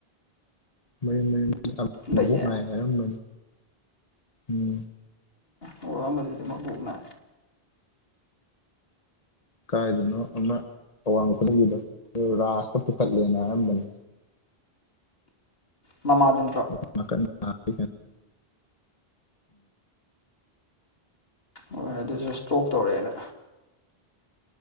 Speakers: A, on the left; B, on the left.
A: ꯃꯌꯨꯝ ꯃꯌꯨꯝ
B: ꯂꯩꯌꯦ
A: ꯃꯕꯣꯛ ꯅꯥꯏ ꯍꯥꯏꯔꯝꯕꯅꯤ ꯎꯝ
B: ꯑꯣ ꯑꯣꯝꯕꯗꯨꯗꯤ ꯃꯕꯣꯛꯅ
A: ꯀꯥꯏꯗꯅꯣ ꯑꯃ ꯑꯋꯥꯡ ꯈꯨꯗꯤꯡꯒꯤꯗꯣ ꯔꯥꯁꯇ ꯄꯨꯈꯠꯂꯦꯅ ꯍꯥꯏꯔꯝꯕꯅꯦ
B: ꯃꯃꯥ ꯑꯗꯨ
A: ꯊꯥꯉꯥꯑꯣ ꯒꯤ꫰ꯋꯥꯅꯤꯗꯥ
B: ꯍꯣꯏ ꯑꯗꯨꯁꯨ ꯏꯁꯇ꯭ꯔꯣꯛ ꯇꯧꯔꯛꯑꯦꯅ